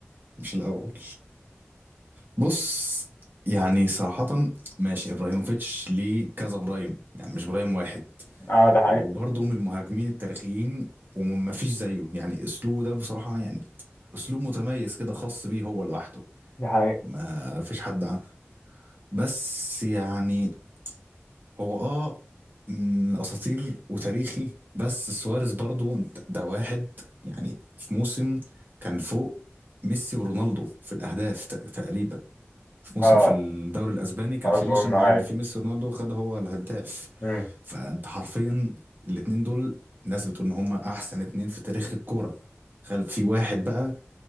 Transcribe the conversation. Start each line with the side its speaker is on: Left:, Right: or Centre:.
Right: مش الاول بص يعني صراحة ماشي ابراهيموفيتش ليه كذا برايم يعني مش برايم واحد
Left: <laughs> اه ده حقيقي
Right: وبرضه من المهاجمين التاريخيين وما فيش زيه يعني اسلوبه ده بصراحة يعني اسلوب متميز كده خاص بيه هو لوحده
Left: ده حقيقي
Right: ما فيش حد عنه بس يعني هو اه من اساطير وتاريخي بس سواريز برضو انت- ده واحد يعني في موسم كان فوق ميسي ورونالدو في الاهداف ت- تقريبا في موسم
Left: اه
Right: في الدوري الاسباني كان
Left: أظن
Right: في موسم معدي
Left: أيوه
Right: فيه ميسي ورونالدو خد هو الهداف
Left: مم.
Right: فانت حرفيا الاتنين دول ناس بتقول ان هما احسن اتنين في تاريخ الكوره خلف في واحد بقى